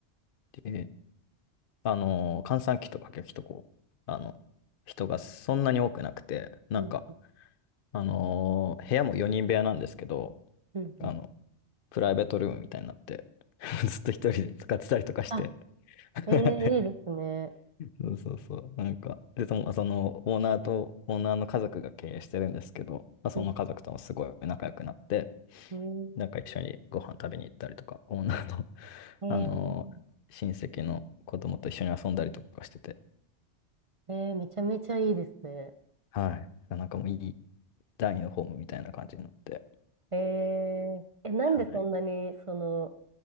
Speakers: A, on the left; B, on the right.
A: であのー、閑散期とか激とこう、あの、人がそんなに多くなくて、なんか、
B: うん、
A: あのー部屋も4人部屋なんですけど、
B: うん、
A: あの、
B: うん。
A: プライベートルームみたいになって、<laughs> ずっと一人で使ってたりとかして。
B: あ、
A: <laughs>
B: えー、いいですね。
A: そうそうそう。なんか、で、その、そのオーナーと、オーナーの家族が経営してるんですけど、まあ、その家族ともすごい仲良くなって、
B: うんうん
A: なんか一緒にご飯食べに行ったりとか、オーナーの、
B: え
A: <laughs> あのー親戚の子供と一緒に遊んだりとかしてて、
B: ー、えーめちゃめちゃいいですね。
A: はい。なんかもういい、第二のホームみたいな感じになって。
B: えー、え、なんでそんなに、
A: はい。
B: その、